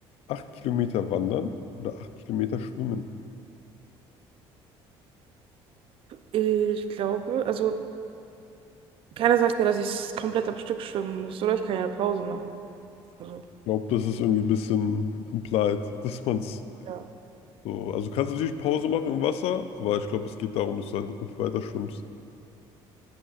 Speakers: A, on the left (about 70°); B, on the right (about 60°).
A: acht Kilometer wandern oder acht Kilometer schwimmen?
B: Ich glaube, also keiner sagt ja, dass ich komplett am Stück schwimmen muss, oder? Ich kann ja eine Pause machen. Also,
A: Ich glaube, das ist irgendwie ein bisschen implied, <laughs> dass man es
B: ja.
A: so, also du kannst natürlich Pause machen im Wasser, aber ich glaube, es geht darum, dass du halt weiter schwimmst.